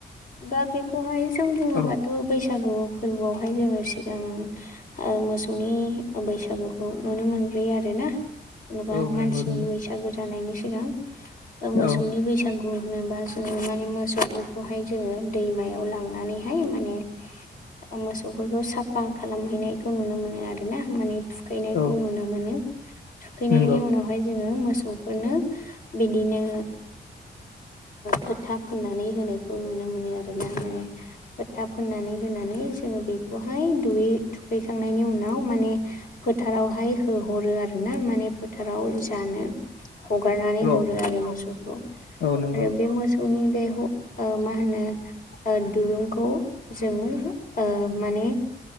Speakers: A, on the left; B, on the left.
A: दा बेखौहाय जों बुंङोबाथ
B: औ
A: बैसागु फोरबोआवहाय जोंङो सिगां मोसौनि बैसागुखौ नुनो मोनबोयो आरो ना जेनबा
B: औ
A: मानसिनि
B: नंगौ नंगौ
A: बैसागु जानायनि सिगां मोसौनि
B: औ
A: बैसागु बैसागु ह़ोनोबा जोंङो माने मोसौफोरखौहाय जोंङो दैमायाव लांनानैहाय माने मोसौफोरखौ साफा खालामहैनायखौ नुनो मोनो आरोना माने थुखैनायखौ
B: औ
A: नुनो मोनो थुखैनायनि
B: नंगौ
A: उनावहाय जोंङो मोसौ फोरनो बिदिनो फोथा फुनानै होनायखौ नुनो मोनो आरोना माने फोथा फोननानै होनानै जोंङो बेखौहाय दुयै थुखैखांनायनि उनाव माने फोथारावहाय होहरो आरो ना माने फोथाराव जानो हगारनानै
B: औ
A: हरो आरो मोसौखौ
B: औ नंगौ
A: आरो बे मोसौनि बे ह मा होनो दुरुंखौ जोंङो माने